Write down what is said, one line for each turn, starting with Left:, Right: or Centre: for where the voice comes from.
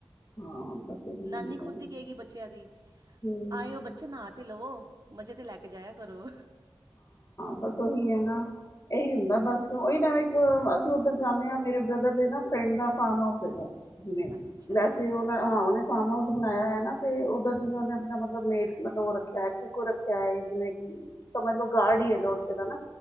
Left: ਹਾਂ ਬਸ ਇਹੀ
Right: ਨਾਨੀ
Left: ਹੁੰਦਾ
Right: ਖੁੱਦ
Left: ਹੈ।
Right: ਹੀ ਕਹੇਗੀ ਬੱਚਿਆਂ ਦੀ
Left: ਹਮ
Right: ਆਏ ਓ ਬੱਚੇ ਨਾਂ ਤੇ ਲਵੋ।। ਮਜ਼ੇ ਤੇ ਲੈ ਕੇ ਜਾਇਆ ਕਰੋ।
Left: ਬਸ ਉਹੀ ਹੈ ਹਾਂ, ਇਹੀ ਹੁੰਦਾ ਬਸ ਉਹੀ ਨਾ ਇੱਕ ਅਸੀਂ ਉੱਧਰ ਜਾਣੇ ਆ ਮੇਰੇ ਬ੍ਰਦਰ ਦੇ ਨਾ ਫਰੈਂਡ ਦਾ ਫਾਰਮ ਹਾਊਸ ਹੈਗਾ। ਨਹੀਂ,
Right: ਅੱਛਾ
Left: ਵੈਸੇ ਉਹਨਾਂ ਹਾਂ ਉਹਨੇ। ਫਾਰਮ ਹਾਊਸ ਬਣਾਇਆ ਹੋਇਆ ਨਾ ਤੇ ਉਧਰ ਜਿਵੇਂ ਉਹਨੇ ਆਪਣਾ ਮਤਲਬ ਮੇ ਮਤਲਬ ਉ ਰੱਖਿਆ ਐ ਕੁਕ ਰੱਖਿਆ ਐ ਜਿਵੇਂ ਕੀ ਸਮਝ ਲਓ ਗਾਰਡ ਹੀ ਹੈਗਾ ਉੱਥੇ ਦਾ ਨਾਂ